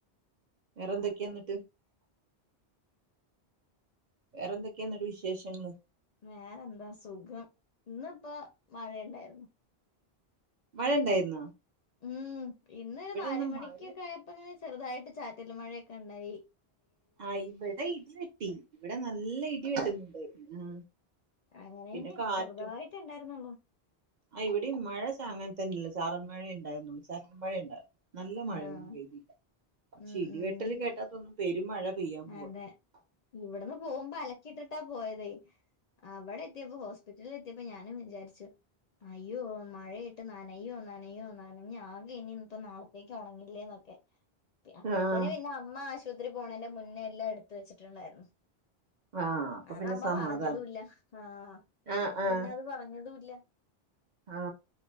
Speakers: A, on the right; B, on the left.
A: വേറെ എന്തൊക്കെയാ എന്നിട്ട് വേറെ എന്തൊക്കയാ എന്നിട്ട് വിശേഷങ്ങള്
B: വേറെ എന്താ സുഖം ഇന്നിപ്പോ മഴയൊണ്ടാരുന്നു
A: മഴ ഇണ്ടായിരുന്നോ
B: ഉം ഇന്നൊരു
A: ഇവിടെന്നും
B: നാല് മണിക്കൊക്കെ
A: മഴ
B: ആയപ്പ ഇങ്ങനെ ചെറുതായിട്ട് ചാറ്റല് മഴയൊക്ക ഒണ്ടായി
A: ആ ഇവിടെ ഇടി വെട്ടി ഇവിടെ നല്ല ഇടി വെട്ടുന്നുണ്ടായിരുന്നു ആ
B: അങ്ങനെ
A: പിന്നെ
B: തന്നെ
A: കാറ്റും
B: ചെറുതായിട്ടേ ഇണ്ടായിരുന്നൊള്ളൂ
A: ആ ഇവിടെയും മഴ ചാ അങ്ങനെ തന്നെയുള്ളൂ ചാറൽ മഴേ ഇണ്ടായിരുന്നുള്ളൂ ചാറ്റൽ മഴേ ഒണ്ടായിരുന്നു നല്ല മഴ
B: ആഹ്
A: ഒന്നും പെയ്തില്ല പക്ഷെ
B: ഉം
A: ഇടിവെട്ടല്
B: ഉം
A: കേട്ടാ തോന്നും പെരുംമഴ പെയ്യാൻ പോവാന്ന്
B: അതെ ഇവിടുന്ന് പോകുമ്പോ അലക്കിയിട്ടിട്ടാ പോയതേ അവിടെ എത്തിയപ്പോ ഹോസ്പിറ്റലിൽ എത്തിയപ്പോ ഞാൻ വിചാരിച്ചു അയ്യോ മഴയായിട്ട് നനയോ നനയോ നനഞ്ഞ് ആകെ ഇനി ഇപ്പം നാളത്തേക്ക് ഒണങ്ങില്ലന്നൊ ക്കെ അപ്പഴത്തേന്
A: ആ
B: പിന്നേ അമ്മ ആശുപത്രി പോണേന്റെ മുന്നേ എല്ലാം എടുത്ത് വെച്ചിട്ടുണ്ടാരുന്നു
A: ആ അപ്പൊ
B: അത്
A: പിന്നെ
B: അമ്മ
A: സമാധാനം
B: പറഞ്ഞതുമില്ല ആ
A: ആ
B: അമ്മ
A: ആ
B: പിന്നെ അത് പറഞ്ഞതും ഇല്ല
A: ആ